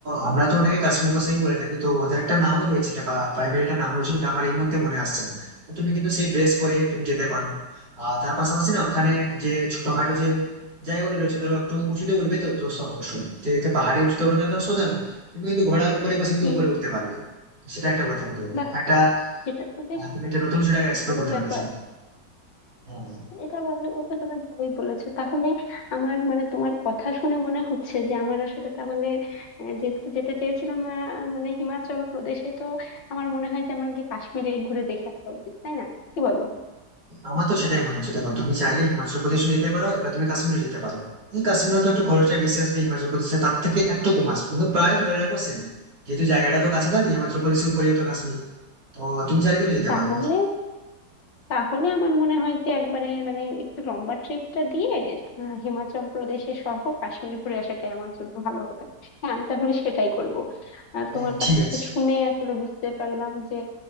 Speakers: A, on the right; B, on the left.
A: আমরা তো ওটাকে কাশ্মীর পোশাকই বলে থাকি তো ওদের একটা নামও রয়েছে এটা প্রাইভেট একটা নাম রয়েছে যেটা আমার এই মুহূর্তে মনে আসছে না তো তুমি কিন্তু সেই ড্রেস পরে তুমি যেতে পারো আর তার পাশাপাশি না ওখানে যে ছোটখাটো যে জায়গাগুলো রয়েছে ধরো একটু উঁচুতে উঠবে তো তো সব- সব- যে যে পাহাড়ে উঁচুতে ওঠা তো একদম সোজা না তুমি কিন্তু ঘোড়ার উপরে বসে কিন্তু
B: হুম
A: উপরে উঠতে পারবে তো সেটা একটা কথা বলতে পারো
B: বাহ
A: একটা
B: সেটা তো বেশ
A: আহ, তুমি একটা নতুন সেটাকে এক্সপ্লোর
B: ভালো
A: করতে
B: ব্যাপার
A: পারবে হ্যাঁ
B: এটা ভাবে ওকে তুমি ভালোই বলেছো তাহলে আমার মানে তোমার কথা শুনে মনে হচ্ছে যে আমার আসলে তাহলে আহ, যেহেতু যেতে চেয়েছিলাম আহ, মানে হিমাচল প্রদেশে তো আমার মনে হয় যে আমাকে কাশ্মীরে ঘুরে দেখে আসা উচিত তাই না কি বলো
A: আমার তো সেটাই মনে হচ্ছে দেখো তুমি চাইলে হিমাচল প্রদেশও যেতে পারো এবার তুমি কাশ্মীরও যেতে পারো কিন্তু কাশ্মীরে তো একটু খরচটা বেশি আসবে হিমাচল প্রদেশে তার থেকে একটু কম আসবে কিন্তু প্রায় ধরে রাখো সেম যেহেতু জায়গাটা তো কাছাকাছি হিমাচল প্রদেশের উপরে তো কাশ্মীর তো তুমি চাইলে কিন্তু যেতে
B: তাহলে
A: পারো
B: তাহলে আমার মনে হয় যে একবারে মানে একটু লম্বা ট্রিপটা দিয়ে আহ, হিমাচল প্রদেশে সহ কাশ্মীর ঘুরে আসাটাই আমার জন্য ভালো হবে হ্যাঁ আমি তাহলে সেটাই করব আহ,
A: হ্যাঁ
B: তোমার কাছ
A: ঠিক
B: থেকে
A: আছে
B: শুনে আসলে বুঝতে পারলাম যে